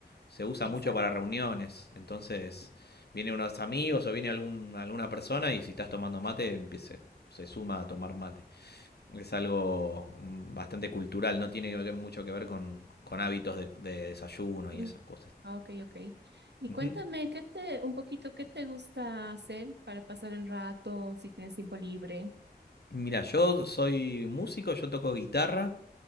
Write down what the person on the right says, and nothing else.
exacto.
Mm,
ah, Ok, ok. Y
cuéntame, ¿qué te, un poquito, qué te gusta hacer para pasar el rato si tienes tiempo libre?